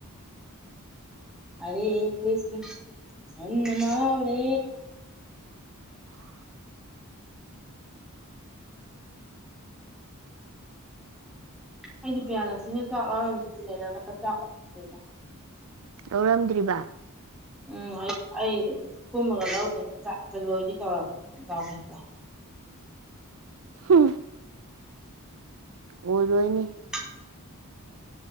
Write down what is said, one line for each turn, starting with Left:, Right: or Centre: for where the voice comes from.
Centre: ꯑꯔꯦ ꯀ꯭ꯔꯤꯁꯅ ꯁꯟꯅ ꯃꯍꯥꯎ ꯔꯦ
Right: ꯍꯥ
Centre: ꯑꯩꯗꯤ ꯄꯤꯌꯥꯂꯛꯁꯃꯤꯅ ꯆꯥꯛ ꯂꯧꯔꯝꯅꯤꯅ ꯂꯩꯔꯒ ꯆꯥꯛ ꯂꯧ
Right: ꯂꯧꯔꯝꯗ꯭ꯔꯤꯕ
Centre: ꯎꯝ ꯑꯩ ꯑꯩ ꯀꯨꯝꯃꯒ ꯂꯧꯗꯣꯏ ꯆꯥꯛꯇ ꯂꯣꯏꯗꯤ ꯇꯧꯔꯝꯃꯤ ꯗꯥꯎ ꯗꯥ
Right: ꯍꯥ ꯑꯣꯏꯔꯣꯏꯅꯦ
Centre: ꯇꯥ